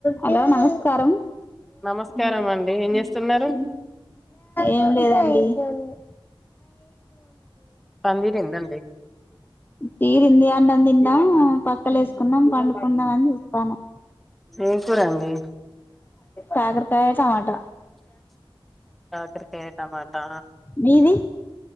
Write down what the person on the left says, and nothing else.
Hello నమస్కారం
ఏం లేదు అండి
తీరింది అన్నం థిన్ ఆ పక్కలేసుకున్నాం పండు కుందాం అని చుస్తాన్నా
కాకరకాయ టమాట
మీది